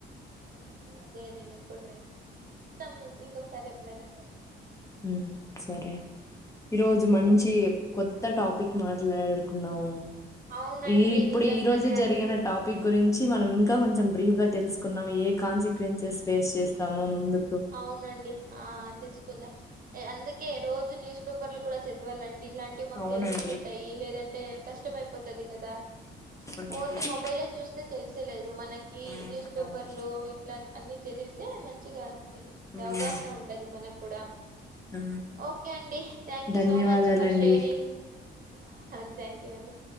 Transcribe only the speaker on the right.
రైస్ అదే నేను కువ్ ట్రై చేసేది చూద్దాం ఇంకొ సరే ట్రై చెయ్
మరి
అవునండి
నిజంగానే
అది
మీ
అవునండి ఆ తెలుసుకుందాం అందుకే రోజు న్యూస్ పేపర్లు కూడా చదవాలండి ఇట్లాంటివి మాకు
తెలుస్తుంటాయి లేదంటే కష్టం అయిపోతది కదా
ఓన్లీ మొబైలే చూస్తే తెలిసేలేదు మనకి
న్యూస్ పేపర్లు
ఇట్లా అన్ని చదివి తే మంచిగా తెలుస్తుంది
అవగాహన ఉంటది మనకు కూడా
ఓకే అండి thank you
so much for షేరింగ్ యా థ్యాంక్ యూ అండి